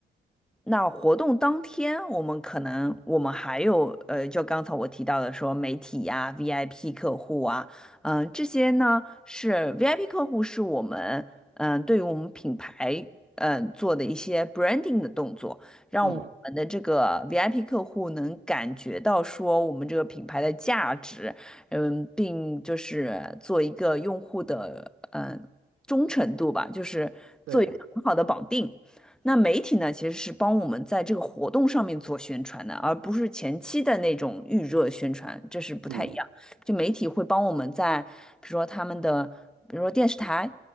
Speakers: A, in the centre; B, on the right.
A: 那活动当天，我们可能我们还有呃，就刚才我提到的说媒体呀、VIP 客户啊，嗯、这些呢是 VIP 客户是我们嗯、呃对于我们品牌嗯、呃做的一些 branding 的动作，让我们的这个
B: 嗯
A: VIP 客户能感觉到说我们这个品牌的价值，嗯，并就是做一个用户的嗯、呃忠诚度吧，就是做一个很好的绑定。
B: 对，
A: 那媒体呢，其实是帮我们在这个活动上面做宣传的，而不是前期的那种预热宣传，这是不太一样。
B: 嗯
A: 就媒体会帮我们在，比如说他们的，比如说电视台，